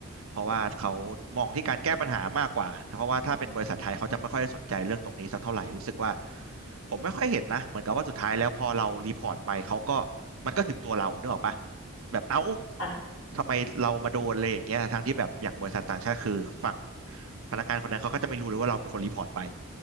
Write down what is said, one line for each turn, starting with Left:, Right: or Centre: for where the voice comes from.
Right: เพราะว่าเขามองที่การแก้ปัญหามากกว่าเพราะว่าถ้าเป็นบริษัทไทยเขาจะไม่ค่อยสนใจเรื่องตรงนี้สักเท่าไหร่รู้สึกว่าผมไม่ค่อยเห็นนะเหมือนกับว่าสุดท้ายแล้วพอเรารีพอร์ตไปเขาก็มันก็ถึงตัวเรานึกออกปะแบบเอ้า
Left: ค่ะ
Right: ทำไมเรามาโดนอะไรอย่างเงี้ยทั้งที่แบบอย่างบริษัทต่างชาติคือฝั่งพนักงานคนนั้นเขาก็จะไม่รู้เลยว่าเราเป็นคนรีพอร์ตไป